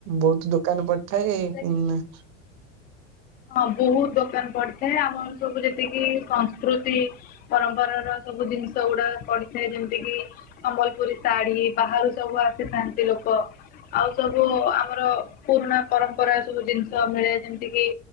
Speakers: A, on the right; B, on the left.
A: ବହୁତ ଦୋକାନ ପଡି ଥାଏ
B: ସେ
A: ଇନା
B: ହଁ ବହୁତ ଦୋକାନ ପଡିଥାଏ ଆମର ସବୁ ଯେତିକି ସଂସ୍କୃତି। ପରମ୍ପରା ର ସବୁ ଜିନିଷ ଗୁଡା ପଡିଥାଏ ଯେମିତି କିି। ସମ୍ବଲପୁରୀ ଶାଢ଼ୀ ବାହାରୁ ସବୁ ଆସିଥାନ୍ତି ଲୋକ। ଆଉ ସବୁ ଆମର ପୁରୁଣା ପରମ୍ପରା ସବୁ ଜିନିଷ ମିଳେ ଯେମିତି କିି